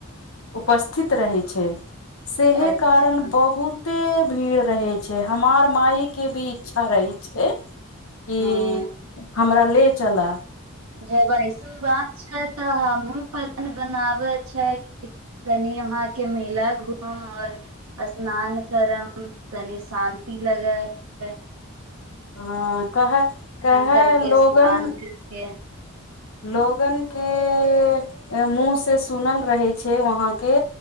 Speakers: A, on the left (about 80°); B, on the right (about 85°).
A: उपस्थित रहै छै सेहे
B: अच्छा
A: कारण बहुत कते भीड़ रहै छै हमार मााय के भी इच्छा रहै छै हू
B: हँ
A: हमरा ले चल
B: जब ऐसन बात छै तऽ हम बना व अच्छा है तनि वहााँके मेला घूम आओर स्नान करब तनि शान्ति लगत
A: ह कह कह
B: करके
A: लोगन
B: स्नान करके
A: लोगनके मुँहसँ सुनल रहै छै वहाँके